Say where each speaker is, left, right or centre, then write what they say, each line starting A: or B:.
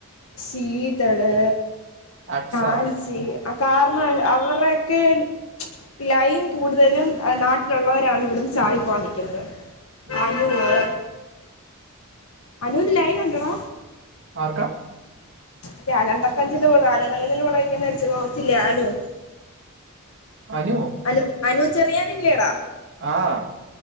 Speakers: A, on the left (about 70°); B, on the right (about 55°).
A: ശീത് ത്തള്
B: അക്സ
A: ആൻസി ആ കാരണം അവരൊക്കെ ലൈൻ കൂടുതലും നാട്ടിലുള്ളവരാണ് ഇവിടുന്ന് ചാടി പോവാ നിൽക്കുന്നത് <unintelligible>
B: ഉം
A: അനൂന് ലൈൻ ഉണ്ടടാ
B: ആർക്കാ
A: മറ്റേ അലന്തക്കഞ്ചിൽ കൂട ആലന്തക്കഞ്ചിൽ കൂടെ ഇരിക്കുന്ന <unintelligible> അനു
B: അനോ
A: അനു അനു ചെറിയാനില്ലേടാ
B: ആഹ്